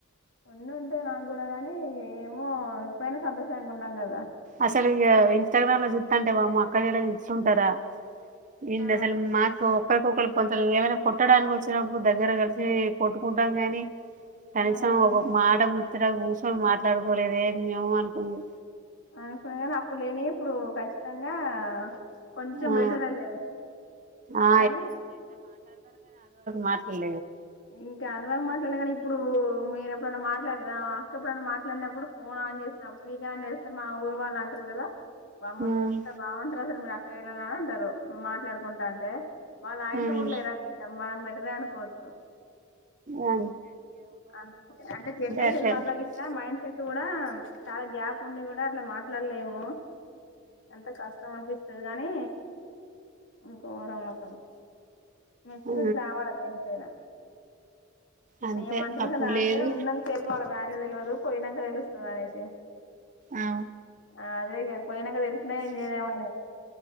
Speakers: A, on the left; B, on the right.
A: ఉండి ఉంటాయి నాకు కూడా గాని ఏమో ఇపోయినా సంతోషానికి ఉన్నాం కదా
B: అసలు
A: అదే
B: ఇన్స్టాగ్రామ్ అంటే వామ్ మా అక్క జర ఇస్తుంటారా ఇ
A: ఆ
B: సలు మాస ఒకరికొక్కరి పొంతలు ఏమైనా కొట్టడానికి వచ్చినప్పుడు దగ్గర కలిసి కొట్టుకుంటాం గానీ కనీసం
A: ఆ
B: ఒక మాడ ము ఇంతడ కూర్చొని మాట్లాడుకోలేదే మేము అనుకున్నా
A: అనుకునే కానీ అప్పు లేని ఇప్పుడు గ గా కొంచెం
B: ఆ
A: పెటరలే
B: ఆ
A: కనీ
B: మాట్ల
A: ఇంకా అదివక మాట్లాడలే కానీ ఇప్పుడు మీరు ఎప్పుడైనా మాట్ అక్కప్పుడు మాట అట్లన్నప్పుడు ఫోన్ ఆన్ చేసినప్పుడు స్వీక ఆన్ చేస్తే మా ఊరు వాళ్ళు అంటారు కదా బామ్మ
B: ఉమ్
A: ఇంత బాగుంటారు సార్ మీ నా న్నా ఉంటారు మాట్లాడుకుంటా అంటే వాళ్ళ ఆయంట
B: ఉమ్.
A: కూడా లేరట్ మనం రానుకోద్ స
B: ఆ
A: అంతే అంటే జనరేషన్
B: అట్లే
A: వాల్ల ఇట్లా మైండ్ సెట్ కూడా చాలా గ్యాప్ ఉండి కూడా అట్లా మ ట్ల లేమో ఎంత కష్టం అనిపిస్ ది గాని గోరమసలు మెచ్యూరిటీ
B: ఆ
A: రావాలి దేనికైనా
B: అంతే
A: యేమంటారు
B: అప్పుడు
A: కదా అంటే
B: లేదు
A: ఉన్నంత సేపు వాళ వాల్యూ తెలియదు పోయినాక తెలు సది అనేసి
B: ఆ
A: అ తెగ పోయినక తెలిసిన ఏం జేయలేం మనే